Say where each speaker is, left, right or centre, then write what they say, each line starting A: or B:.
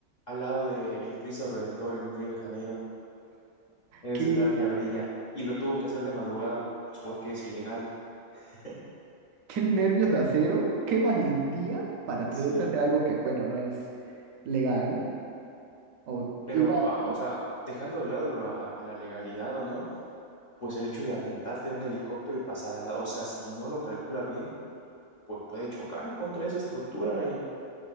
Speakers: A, on the left; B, on the right.
A: al lado del Cristo Redentor en Río de Janeiro, en
B: Que
A: ese traje ardilla, y lo tuvo que hacer de madrugada, pues porque es ilegal. <laughs>
B: Qué nervios de acero, qué valentía para atreverse
A: Sí.
B: a hacer algo que, bueno, no es legal. O
A: Pero,
B: igual,
A: ah, o sea, dejando de lado la, la legalidad o no, pues el hecho de aventarte de un helicóptero y pasar al lado, o sea, si no lo calcula bien, pues puede chocar contra esa estructura y